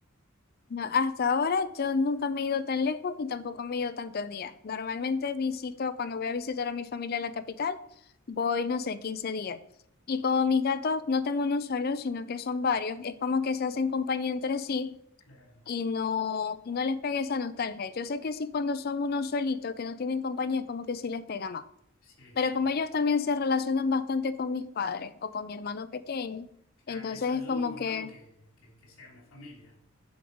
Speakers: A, on the left (about 45°); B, on the left (about 75°).
A: No, hasta ahora yo nunca me he ido tan lejos y tampoco me he ido tantos días. Normalmente visito, cuando voy a visitar a mi familia en la capital, voy, no sé, 15 días. Y como mis gatos no tengo uno solo, sino que son varios, es como que se hacen compañía entre sí
B: Claro,
A: y no, no les pega esa nostalgia. Yo sé que sí cuando son uno solito, que no tienen compañía, es como que sí les pega más.
B: sí,
A: Pero
B: sí,
A: como ellos también se relacionan bastante con mis padres o con mi hermano pequeño,
B: claro,
A: entonces
B: eso ayuda
A: es como
B: un montón
A: que...
B: que, que, que sea una familia.